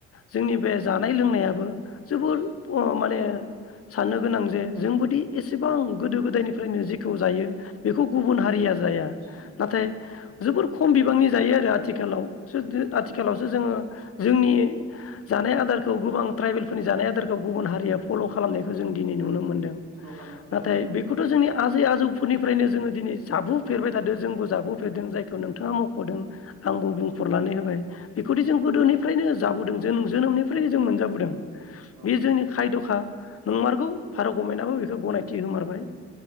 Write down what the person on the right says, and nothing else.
औ
औ
औ
उम
औ
औ स्ल' खालाम सोलों
औ
औ
औ
औ
औ
औ
उम